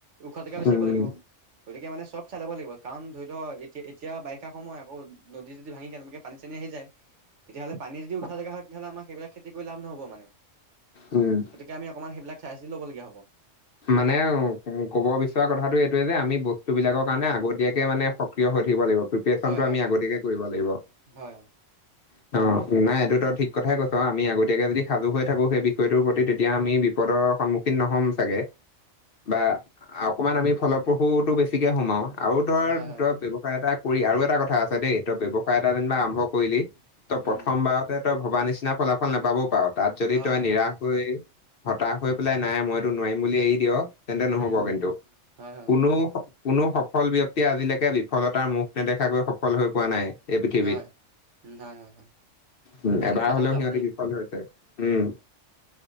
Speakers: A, on the right; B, on the left.
A: ওখ জেগা বিচাৰিব
B: উম
A: লাগিব! গতিকে মানে চব চায় লব লাগিব! কাৰণ ধৰি লও, এতিয়া এতিয়া বাৰিষা সময় আকৌ নদী চদি ভাঙি কে পানী চানী আহি যায়! তেতিাহ'লে পানী যদি উঠা জেগা হয়! তেতিয়'লে আমা সেই বিলাক খেতি কৰি লাভ নায়।
B: উম।
A: গতিকে আমি অঁকণ মান সেইবিলাক চায় চিতি ল'ব লাগে।
B: মানে ক'ব বিচৰা কথাটো এইটোয়ে যে আমি বস্তু বিলাকৰ কাৰণে আগতীয়াকে মানে সক্ৰিয় হৈ থাকিব লাগিব। সেই কামতো
A: হয় হয়
B: আমি
A: হয়
B: আগতীয়াকৈ কৰিব লাগিব। অ,
A: হয়
B: নাই এইটোতো ঠিক কথাই কৈছ আমি আগতীয়াকে যদি সাজু হৈ থাকো সেই বিষয়টোৰ প্ৰতি তেতিয়া আমি বিপৰ সন নহ'ম চাগে। বা অকমান আমি ফলপ্ৰসুতটো বেছিকে সোমাও আৰু ধৰ,
A: হয় হয়
B: ধৰ তই ব্যৱসায় এটা কৰি আৰু এটা কথা আছে দেই তই ব্যৱসায় এটা যেনিবা আৰম্ভ কৰিলি ত প্ৰথম
A: উম
B: বাৰত তই ভবা নিচিনা ফলাফল নাপাবও পাৰ তাত যদি
A: হয়
B: তই
A: হয়
B: নিৰাশ
A: হয়
B: হতাশ হৈ পেলাই নাই মই টো নোৱাৰিম বুলি এৰি দিয়! তেন্তে নহ'ব
A: উম
B: কিন্তু,
A: হয় হয়
B: কোনো
A: হয়
B: কোনো সফল ব্যক্তিয়ে আজিলৈকে বিফলতাৰ মুখ নেদেখাকৈ সফল হৈ পোৱা নাই। এই পৃথিৱীত।
A: হয়, হয়, হয়, হয়!
B: উ, এবাৰ
A: এইটো সঁচা
B: হলেও
A: কথা
B: সিহঁতি
A: বাৰু দেই
B: বিফল হৈছে, উম।